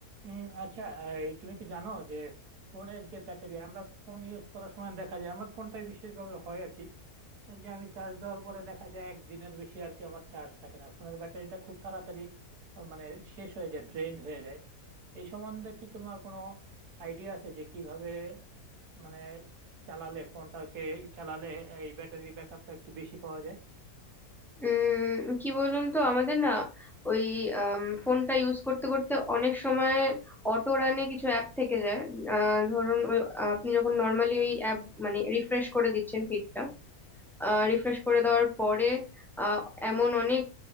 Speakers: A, on the right; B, in the centre.
A: উম, আচ্ছা এই তুমি কি জানো যে ফোনের যে ব্যাটারি আমরা ফোন ইউজ করার সময় দেখা যায় আমার ফোনটাই বিশেষভাবে হয় আর কি যে আমি চার্জ দেওয়ার পরে দেখা যায় একদিনের বেশি আর কি আমার চার্জ থাকে না ফোনের ব্যাটারিটা খুব তাড়াতাড়ি আহ, মানে শেষ হয়ে যায় ড্রেনড হয়ে যায় এই সম্বন্ধে কি তোমার কোনো আইডিয়া আছে যে কিভাবে মানে চালালে ফোনটাকে চালালে এই ব্যাটারি ব্যাকআপটা একটু বেশি পাওয়া যায়
B: উম কি বলুন তো আমাদের না ওই ফোনটা ইউজ করতে করতে অনেক সময় অটো রানে কিছু অ্যাপ থেকে যায় আহ, ধরুন ওই আহ, আপনি যখন নর্মালি ওই অ্যাপ মানে রিফ্রেশ করে দিচ্ছেন ফিডটা রিফ্রেশ করে দেওয়ার পরে আহ, এমন অনেক